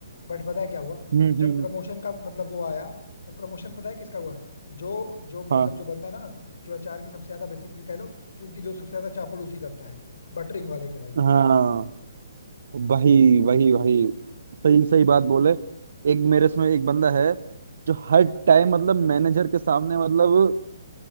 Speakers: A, on the left (about 70°); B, on the right (about 70°).
A: बट पता है क्या हुआ
B: हम्म
A: जब
B: हम्म
A: प्रमोशन का मतलब वो आया तो प्रमोशन पता है किसका हुआ जो जो मतलब
B: हाँ
A: जो बंदा ना जो अचार की सबसे ज्यादा बेसिकली कह लो कि उनकी जो सबसे ज्यादा चापल उसी करता है बटरिंग वाले के भाई
B: हाँ वही वही वही सही सही बात बोले एक मेरे इसमें एक बंदा है जो हर टाइम मतलब मैनेजर के सामने मतलब